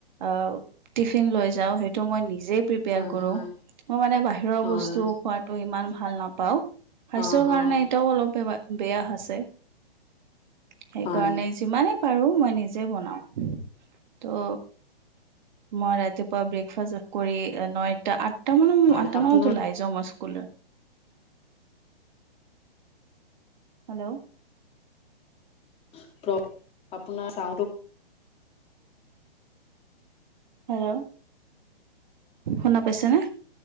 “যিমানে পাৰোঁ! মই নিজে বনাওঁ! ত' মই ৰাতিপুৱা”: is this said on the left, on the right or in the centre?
Right